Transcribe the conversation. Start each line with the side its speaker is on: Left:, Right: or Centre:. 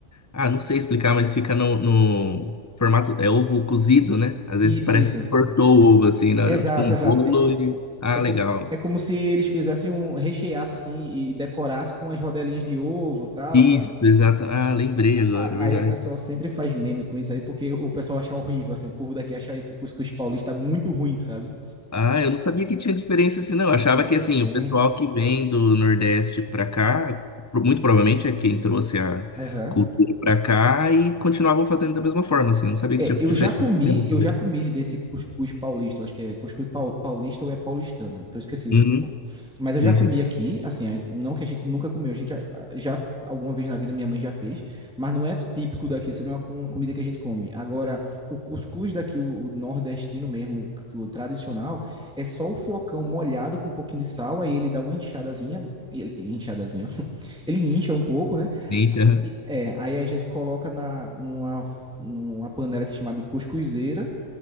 Left: Ah, não sei explicar, mas fica no, no formato. É ovo cozido, né? Às
Centre: Isso,
Left: vezes parece
Centre: isso.
Left: que cortou o ovo assim, na hora,
Centre: Exato,
Left: tipo um
Centre: exato.
Left: bolo e.
Centre: É,
Left: Ah,
Centre: é, co-
Left: legal.
Centre: é como se eles fizessem um recheasse assim e decorasse com as rodelinhas de ovo, e tal,
Left: Isso,
Centre: sabe?
Left: exato. Ah, lembrei
Centre: A-
Left: agora,
Centre: a-
Left: é verdade.
Centre: Aí o pessoal sempre faz meme com isso aí, porque o pessoal acha horrível, assim, o povo daqui acha esse cuscuz paulista muito ruim, sabe?
Left: Ah, eu não sabia que tinha diferença assim, não. Eu achava
Centre: Tem,
Left: que assim,
Centre: tem.
Left: o pessoal que vem do Nordeste pra cá, pro- muito provavelmente é quem trouxe a
Centre: Aham.
Left: cultura pra cá e continuavam fazendo da mesma forma, assim. Eu não sabia
Centre: É,
Left: que tinha
Centre: eu
Left: diferença.
Centre: já comi,
Left: Eu não
Centre: eu
Left: sabia.
Centre: já comi desse cuscuz paulista, eu acho que é cuscuz pau- paulista ou é paulistano, eu tô esquecido.
Left: Uhum,
Centre: Mas eu já
Left: sim,
Centre: comi
Left: sim.
Centre: aqui, assim, aí- não que a gente nunca comeu, a gente já, já alguma vez na vida minha mãe já fez, mas não é típico daqui, isso não é uma comida que a gente come. Agora, o cuscuz daqui, o, o nordestino mesmo, o tradicional, é só o flocão molhado com um pouquinho de sal, aí ele dá uma inchadazinha, ele, inchadazinha, <laughs> ele incha um pouco, né?
Left: Eita,
Centre: É, aí a gente coloca na, numa, numa panela que é chamada de cuscuzeira,